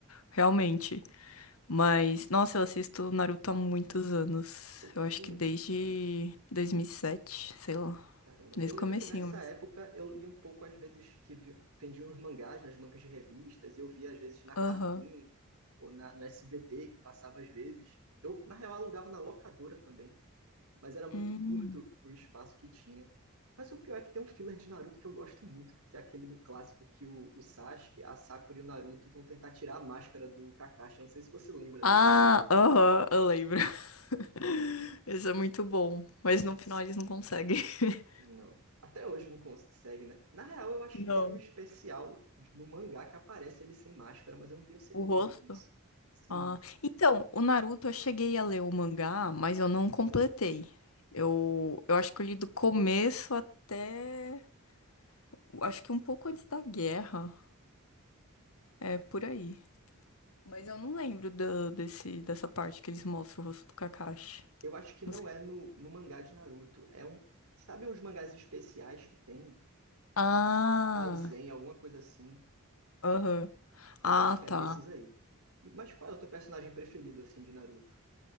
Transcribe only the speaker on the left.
realmente. Mas, nossa, eu assisto Naruto há muitos anos.
Eu acho que
desde 2007, sei lá,
desde
o comecinho
mesmo.
Aham.
Hum.
Ah,
aham, eu lembro. <laughs> Isso é muito bom, mas no final eles não conseguem. <laughs>
Não.
O rosto?
Ah, então, o Naruto eu cheguei a ler o mangá, mas eu não completei. Eu, eu acho que eu li do começo até, eu acho que um pouco antes da guerra, é por aí. Mas eu não lembro da, desse, dessa parte que eles mostram o rosto do Kakashi.
Não sei.
Ah,
aham.
Ah,
tá.